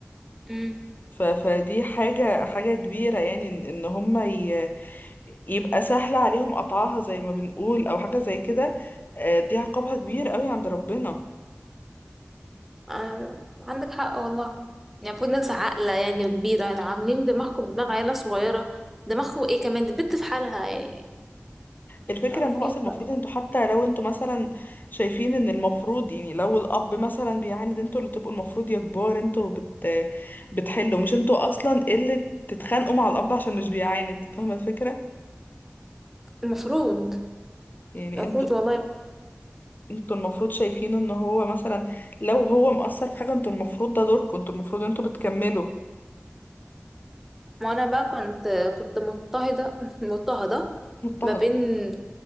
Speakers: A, in the centre; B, on the left.
A: بقى.
B: ف... فدي حاجة حاجة كبيرة يعني ان إن هما ي... يبقى سهل عليهم قطعها زي ما بنقول او حاجة زي كده آه، دي عقابها كبير قوي عند ربنا
A: آه، عندك حق والله يعني المفروض ناس عاقلة يعني كبيرة يعني عاملين دماغكم دماغ عيلة صغيرة دماغكم ايه كمان دي بنت في حالها يعني
B: الفكرة
A: متعرفيش
B: ان هو اصلا المفروض
A: بقى
B: انتوا حتى لو انتوا مثلا شايفين ان المفروض يعني لو الاب مثلا بيعاند انتوا اللي تبقوا المفروض يا كبار انتوا بت بتحلوا مش انتوا اصلا اللي تتخانقوا مع الاب عشان مش بيعاند فاهمة الفكرة
A: المفروض
B: يعني
A: المفروض
B: انتوا
A: والله
B: انتوا المفروض شايفين ان هو مثلا لو هو مقصر في حاجة انتوا المفروض ده دوركم انتوا المفروض انتوا بتكملوا
A: ما انا بقى كنت كنت مضطهدة <laughs> مضطهدة
B: مضطهد
A: ما بين